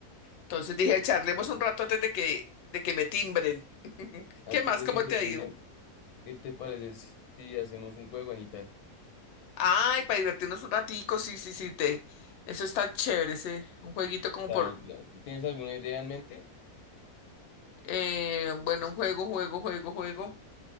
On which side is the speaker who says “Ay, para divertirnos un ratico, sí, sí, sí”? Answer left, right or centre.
Left